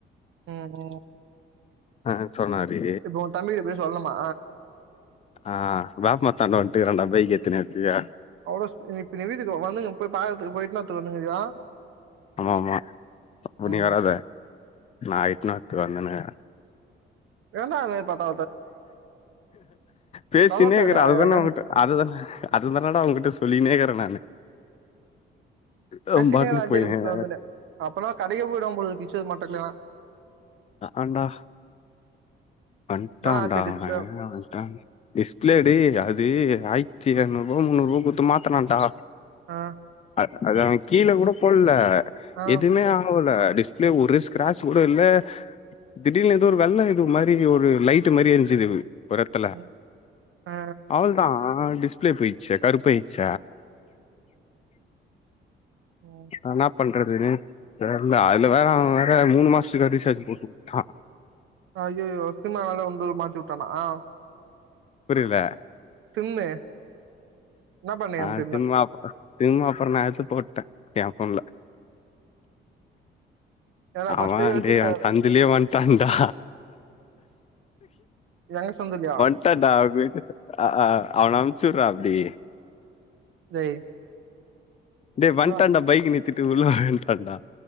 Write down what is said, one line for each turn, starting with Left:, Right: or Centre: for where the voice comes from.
Right: ம் ம்
Left: ஆ சொன்னாரி
Right: இப்போ ஒ தம்பி கிட்ட போய் சொல்னுமா
Left: ஆ வேப்மர்த்தாண்ட வன்ட்டு இருக்றான்டா பைக் எத்துனு அப்டியே
Right: அவ்ளோ ஸ்பி நீ இப்ப நீ வீட்டுக்கு வா வந்துனு போய் பாக்கத்துக்கு போய் இன்னோருத்தரு வந்த்னுக்ரியா
Left: ஆமாமா அப்ப
Right: ம்
Left: நீ வராத நா இட்னு வரத்துகு வந்துனு
Right: ஏன்டா அந்த் மேரி பட்டா
Left: பேசினேக்றா
Right: சொல்லத்தாடா
Left: அதுதான்ன
Right: அழகா
Left: ஒங்கிட்ட அதுதான அது தானட உன்கிட்ட சொல்லினேகிரெ நானு அவன்
Right: பேசினே
Left: பாட்டுக்னு
Right: இரு அஞ்சே
Left: போயினேகிறா
Right: நிமிஷத்துல வந்துன்னு அப்பனா கடைகே போயிடுவான் போலகிது ஃபிஷ்சு மட்டன் இல்லன்னா
Left: அஆண்டா வண்டாண்டா
Right: என்னா ஆச்சு டிஸ்ப்ளே
Left: அவே வண்டா டிஸ்ப்ளேடி அது ஆயத்தி ஏழ்நூறுவா முன்னூறோ குத்து மாத்னான்டா
Right: ஆ
Left: அத் அது அவெ கீழ கூட பொல்ல
Right: ஆ
Left: எதுமே ஆவுல டிஸ்பிளே ஒரு ஸ்கிராச் கூட இல்ல திடீல்னு ஏதோ ஒரு வெள்ள இது மா ரி திடில்னு ஒரு லைட்டு மாரி எர்ஞ்சுது ஒர் எட்துல
Right: ம் ஆ
Left: அவள் அவள்தா டிஸ்பிளே போயிச்ச கருபாயிச்ச
Right: ம்
Left: ந என்னா பண்றதுனு தெர்ல அதுலவேற அவன் வேற மூணு மாஸ்த்துக்கு ரீசார்ச் போட்டுவுட்டா
Right: அய்யய்யோ சிம் அதநால உந்துல மாத்திவுட்டானா
Left: புரில
Right: சிம்மு என்ன பண்ணியா
Left: ஆ
Right: அந்த
Left: சிம்ம அப் சிம்ம அப்ற நா எத்து போட்ட ஏ போன்ல
Right: ஏன்டா ஃபர்ஸ்ட்டே
Left: அவன்
Right: யோசிப்பாரு
Left: டே அந் சந்துலே வண்ட டா
Right: எங்க சந்துலியா
Left: வண்டடா அவன் அ அ அவன அம்ச்சுர்ற அப்டி
Right: <unintelligible>
Left: டே வண்டான்
Right: என்னடா
Left: டா பைக்கு நித்திட்டு உள்ள வண்டடா